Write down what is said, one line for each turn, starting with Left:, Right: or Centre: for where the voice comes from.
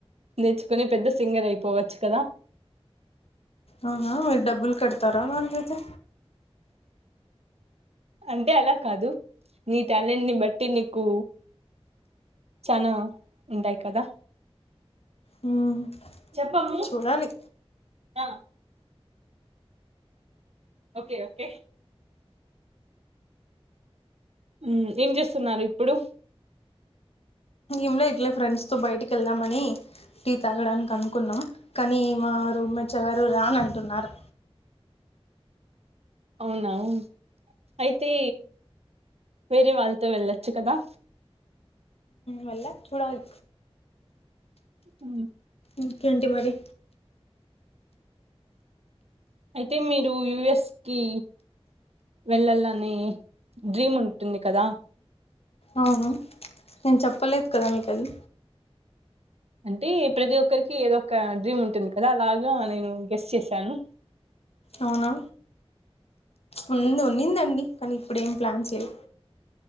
Right: నేర్చుకుని పెద్ద సింగర్ అయిపోవచ్చు కదా
Left: అవునా మీరు డబ్బులు కడతారా దానికైతే
Right: అంటే అలా కాదు నీ టాలెంట్ ని బట్టి నీకు చా నా ఉంటాయి కదా
Left: హ్మ్
Right: చెప్పమ్ము
Left: చూడాలి
Right: ఆ ఓకే ఓకే ఉమ్ ఏం చేస్తున్నారు ఇప్పుడు
Left: ంలో ఇట్లే ఫ్రెండ్స్తో బయటికి వెళ్దామని టీ తాగడానికి అనుకున్నా కానీ మా రూమ్ మేట్స్ ఎవరు రాను అంటున్నారు
Right: అవునా అయితే వేరే వాళ్ళతో వెళ్ళొచ్చు కదా
Left: వెల్చ్ చూడాలీ
Right: ఉ
Left: ఇంకేం ట్ టి మరి
Right: అయితే మీరు యుఎస్కిి వెళ్ళాలనే డ్రీమ్ ఉంటుంది కదా
Left: అవును నేను చెప్పలేదు కదా మీకు అది
Right: అంటే ప్రతి ఒక్కరికి ఏదో ఒక డ్రీమ్ ఉంటుంది కదా అలాగా నేను గెస్ చేశాను
Left: అవునా ఉ ఉ నిందండి కానీ ఇప్పుడు ఏం ప్లాన్స్ లేదు